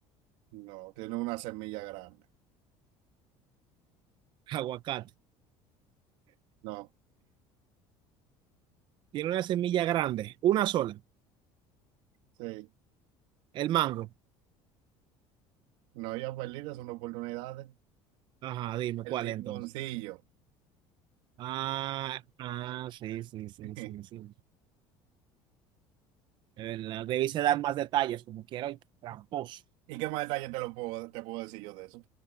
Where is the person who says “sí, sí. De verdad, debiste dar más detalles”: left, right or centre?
Right